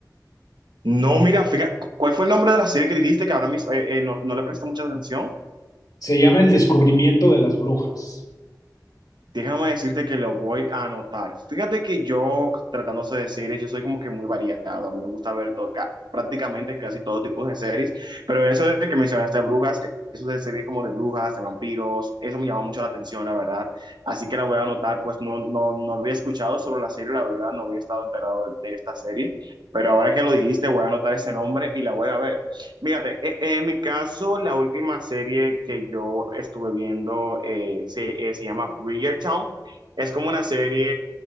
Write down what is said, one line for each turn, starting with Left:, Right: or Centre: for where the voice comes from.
Right: No, mira, fíjate, ¿cuál fue el nombre de la serie que dijiste que ahora mismo eh, eh, no, no le presté mucha atención?
Left: Se llama El descubrimiento de las brujas.
Right: Déjame decirte que lo voy a anotar. Fíjate que yo, tratándose de series, yo soy como que muy variado. A mí me gusta ver todo, ca- prácticamente casi todo tipo de series, pero eso de que mencionaste de brujas, eh, eso de series como de brujas, de vampiros, eso me llama mucho la atención, la verdad. Así que la voy a anotar, pues no, no, no había escuchado sobre la serie, la verdad, no había estado enterado de de esta serie, pero ahora que lo dijiste, voy a anotar ese nombre y la voy a ver. Fíjate, e- en mi caso, la última serie que yo estuve viendo eh, se, eh, se llama Bridgerton. Es como una serie,